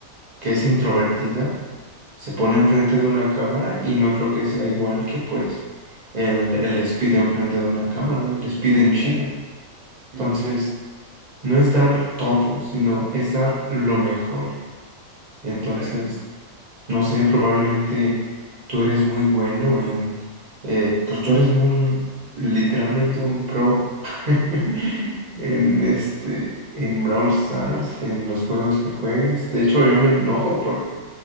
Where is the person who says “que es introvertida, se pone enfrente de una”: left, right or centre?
Right